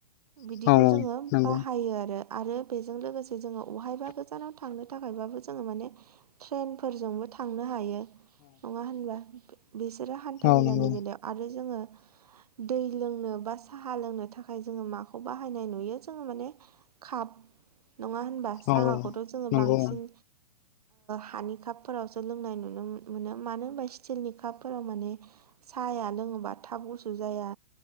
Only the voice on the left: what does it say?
औ
नंगौ
औ
नंगौ औ
औ
नंगौ